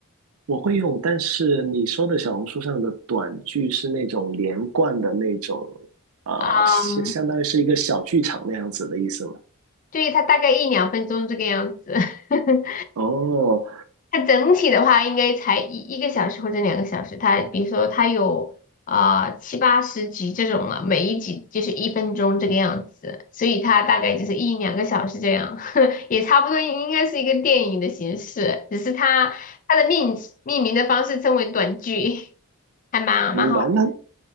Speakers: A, on the right; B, on the left.
A: 我会用，但是你说的小红书上的短剧是那种连贯的那种，呃，
B: 嗯，
A: 相相当于是一个小剧场那样子的意思吗？
B: 对，它大概一两分钟这个样子。<laughs>
A: 哦，
B: 它整体的话应该才一一个小时或者两个小时，它比如说它有啊、七八十集这种了，每一集就是一分钟这个样子，所以它大概就是一两个小时这样，<laughs> 也差不多应该是一个电影的形式，只是它它的命命名的方式称为短剧，<laughs> 还蛮蛮好
A: 明白。那